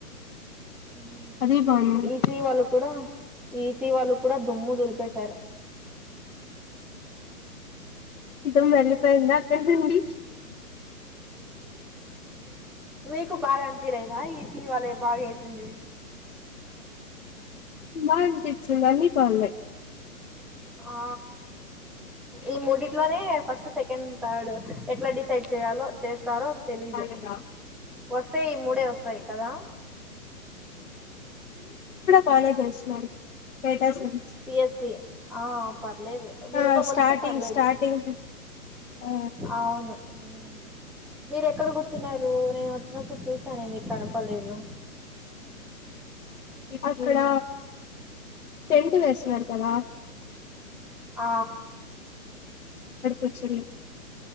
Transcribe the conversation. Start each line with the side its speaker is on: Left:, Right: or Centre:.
Centre: ఉమ్
Left: అది బాగుంది
Centre: ఈసీ వాళ్ళు కూడ ఈసీ వాళ్ళు కూడ దుమ్ము దులిపేసారు
Left: ఉమ్ <unintelligible> వెళ్ళిపోయిందా అక్కడ నుండి
Centre: మీకు బాగా అనిపియా లేదా ఈసీ వళ్ళయి బాగా ఏస్ సింది
Left: బా అనిపిచ్చిందండి బాగున్నాయి
Centre: ఆ ఈ మూడిట్లోనే ఫస్ట్, సెకండ్, థర్డ్ ఎట్లా డిసైడ్ చేయాలో చేస్తారో తెలీదు
Left: ఆ
Centre: వస్తే ఈ మూడే వస్తాయి కదా
Left: పానే చేసినారు టెటస్ వెట్
Centre: సిఎస్సి ఆహా పర్లేదు, వీళ్ళతో
Left: ఆ
Centre: పోలిస్తే
Left: స్టార్టింగ్
Centre: పర్లేదు.
Left: స్టార్టింగ్ ఆ
Centre: అవును ఉమ్ మీరు ఎక్కడ కూర్చున్నారు నేను వచ్చినప్పుడు చూసానే మీరు కనపడ్ లేదు.
Left: అక్కడ టెంట్ వేసినారు కదా
Centre: ఆ
Left: వచ్చిరియ